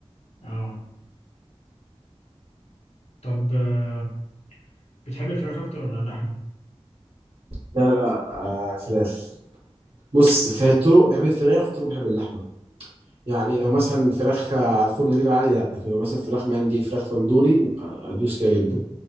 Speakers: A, on the left; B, on the right.
A: اه طب آه، بتحب الفراخ اكتر ولا اللحمة؟
B: لا لا آه فراخ بص في الطرق بحب الفراخ في الطرق بحب اللحمه يعني لو
A: اه
B: مثلا فراخ آه، على الفرن كده عادي لا لكن لو مثلا فراخ مندي فراخ تندوري آه، ادوس فيها جدا